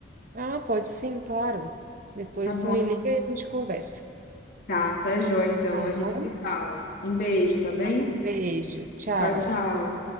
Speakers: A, on the right (about 45°); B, on the left (about 50°).
A: Ah, pode sim, claro. Depois
B: Tá bom,
A: tu me liga e a gente conversa.
B: tá, tá jóia então.
A: Tá
B: A gente
A: bom?
B: se fala. Um beijo, tá bem?
A: Um beijo. Tchau.
B: Tchau, tchau.